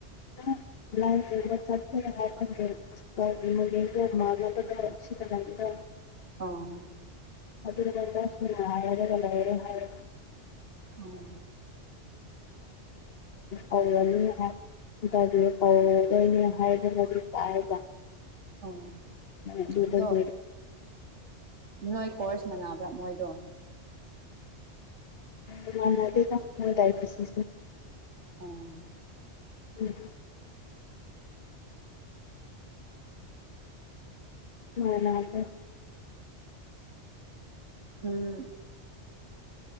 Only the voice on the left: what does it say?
<unintelligible> <unintelligible>
<unintelligible>
ꯍꯣꯏꯖꯅꯅꯤ ꯇꯧ ꯀꯧꯔꯗꯣꯏꯅꯦ ꯍꯥꯏꯗꯅꯖꯤ ꯇꯥꯛꯑꯕ
ꯑꯗꯨꯗꯗꯤ
ꯎ ꯃꯥꯅꯗ ꯃꯣꯏꯗꯕꯤꯁꯤ
ꯎꯝ ꯍꯣꯏ ꯂ ꯐꯦ